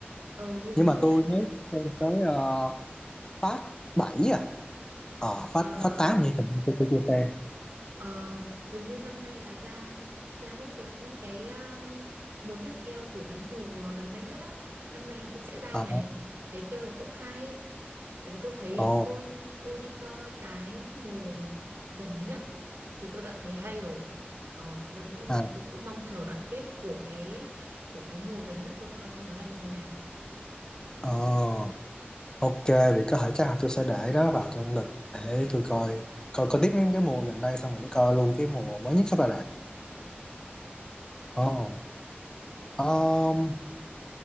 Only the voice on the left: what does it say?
nhưng
mà tôi
mới xem tới ờ, phát 7 à ờ, phát
phát 8 như tôi, tôi chưa xem
ờ
ồ
à,
ờ Ok, vậy có thể chắc là tôi sẽ để đó vào trong lịch để tôi coi coi coi tiếp mấy cái mùa gần đây xong rồi để coi luôn cái mùa mới nhất sắp ra rạp. Ồ, um,